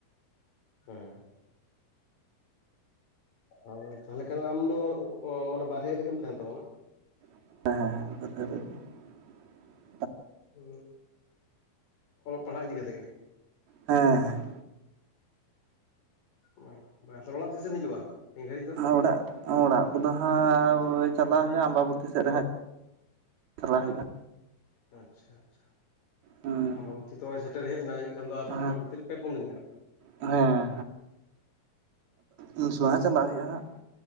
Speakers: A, on the left (about 65°); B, on the right (about 80°).
A: ᱦᱮᱸ ᱦᱚᱭ ᱛᱟᱦᱞᱮ ᱠᱷᱟᱱ ᱟᱢ ᱫᱚ ᱢᱟᱱᱮ ᱵᱟᱦᱨᱮ ᱨᱮᱜᱮᱢ ᱛᱟᱦᱮᱱ ᱛᱟᱵᱚᱱᱟ
B: ᱦᱮᱸ ᱦᱮᱸ ᱦᱮᱸ ᱵᱟᱦᱨᱮ ᱨᱮ
A: ᱦᱩ ᱚᱞᱚᱜ ᱯᱟᱲᱦᱟᱣ ᱤᱫᱤ ᱠᱟᱛᱮ ᱜᱮ
B: ᱦᱮᱸ ᱦᱮᱸ
A: ᱵᱟᱝ ᱵᱟᱝ ᱛᱚᱵᱮ ᱚᱲᱟᱜ ᱛᱤᱥᱮᱢ ᱦᱤᱡᱩᱜᱼᱟ ᱱᱤᱭᱟᱹ ᱜᱷᱟᱹᱲᱤᱡ ᱫᱚ
B: ᱚᱲᱟᱜ ᱚᱲᱟᱜ ᱠᱚᱫᱚ ᱦᱟᱸᱜ ᱪᱟᱞ ᱪᱟᱞᱟᱣ ᱦᱩᱭᱩᱜᱼᱟ ᱟᱢᱵᱟᱵᱚᱛᱤ ᱥᱮᱫ ᱨᱮ ᱦᱟᱜ ᱪᱟᱞᱟᱣ ᱦᱩᱭᱩᱜᱼᱟ
A: ᱟᱪᱪᱷᱟ ᱟᱪᱪᱷᱟ
B: ᱦᱩᱸ
A: ᱟᱢ ᱵᱟᱵᱩᱚᱛᱤ ᱛᱚᱚᱭ ᱥᱮᱴᱮᱨ ᱦᱮᱡ ᱮᱱᱟ ᱡᱟᱹᱱᱤᱡ ᱠᱷᱟᱱ ᱫᱚ ᱟᱨ
B: ᱦᱮᱸ
A: ᱢᱚᱴᱟᱢᱩᱛᱤ ᱯᱮ ᱯᱳᱱ ᱫᱤᱱ ᱢᱮᱱᱟᱜᱼᱟ
B: ᱦᱮᱸ ᱩᱱᱥᱚᱢᱳᱭ ᱦᱟᱜ ᱪᱟᱞᱟᱣ ᱦᱩᱭᱩᱜᱼᱟ ᱦᱟᱸᱜ